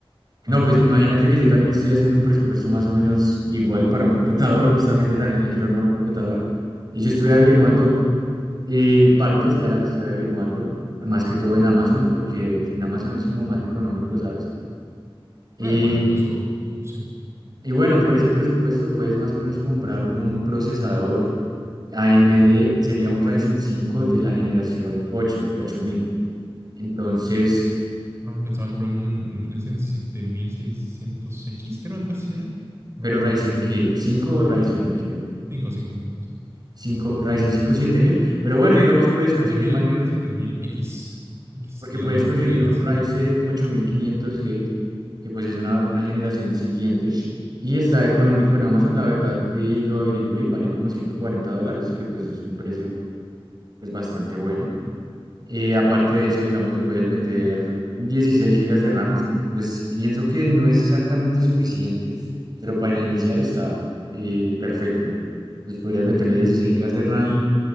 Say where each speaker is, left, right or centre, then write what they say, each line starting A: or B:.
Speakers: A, on the right; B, on the right.
A: No,
B: Ajá.
A: pues imagínate que yo también estoy haciendo un presupuesto más o menos igual para un computador, justamente también me quiero armar un computador. Y yo estuve averiguando Y partes ya las estoy averiguando, más que todo en Amazon, porque en Amazon es como más económico, ¿sabes? Y,
B: Claro, bueno, eso sí.
A: y bueno, por ese presupuesto puedes más o menos comprar un procesador AMD, sería un Ryzen 5 de la generación 8, 8000. Entonces,
B: Ah, pensaba comprar un un Ryzen siete mil seiscientos x creo algo así era. No,
A: pero
B: no
A: Ryzen
B: me acuerdo
A: qué,
B: bien.
A: 5 o Ryzen qué,
B: cinco, cinco,
A: 5, Ryzen 5 7000, pero bueno, digamos puedes conseguir
B: siete mil,
A: más bien un,
B: siete mil x X
A: porque
B: de la
A: puedes
B: nueva,
A: conseguir
B: creo que hay X
A: un Ryzen
B: de nuevo.
A: 8500G que pues es una, una generación siguiente. Y está económico
B: Ok.
A: en Amazon, la verdad, eh, lo averigüé y vale como 140 dólares, que pues es un precio pues bastante bueno. Eh, aparte de eso, digamos, le puedes meter 16 gigas de RAM, es pues pienso que no es exactamente suficiente, pero para iniciar está eh, perfecto. Pues podrías meterle dieciséis
B: Mm.
A: gigas de RAM.
B: Y,